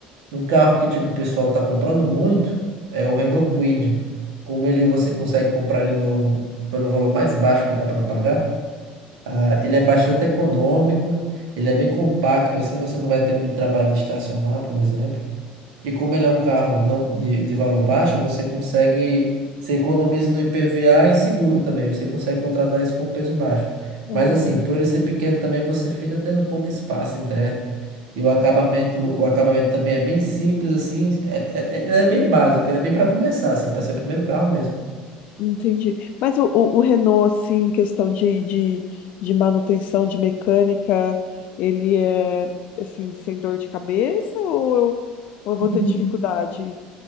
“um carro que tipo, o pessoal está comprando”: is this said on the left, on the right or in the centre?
Right